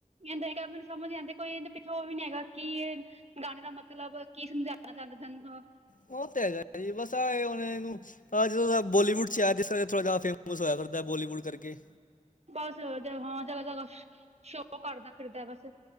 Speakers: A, on the right; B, on the left.
A: ਕਿੰਦਾ ਮੈਨੂੰ ਸਮਝ ਆ ਜਾਂਂਦੇ ਕੋਈ ਇਹਦੇ ਪਿੱਛੋਂ ਉਹ ਵੀ ਨੀ ਹੈਗਾ। ਕੀ ਇਹ ਗਾਣੇ ਦਾ ਮਤਲਬ ਕੀ ਸਮਝਣਾ ਚਾਹਦਾ ਜਨਤਾ
B: ਉਹ ਤੇ ਹੈਗਾ ਬਸ ਆਏ ਹੁਣ ਇਹਨੂੰ ਹਾਂ ਜਦੋਂ ਦਾ ਬੋਲੀਵੁੱਡ 'ਚ ਆਇਆ ਜਿਸ ਤਰਾਂ ਥੋੜ੍ਹਾ ਜਿਹਾ ਫੇਮਸ ਹੋਇਆ ਫਿਰਦਾ ਬੋਲੀਵੁੱਡ ਕਰਕੇ
A: ਬਸ ਹਾਂ ਚਲ ਜਗ੍ਹਾ -ਜਗ੍ਹਾ ਸ਼ੋਅ ਕਰਦਾ ਫਿਰਦਾ ਬਸ।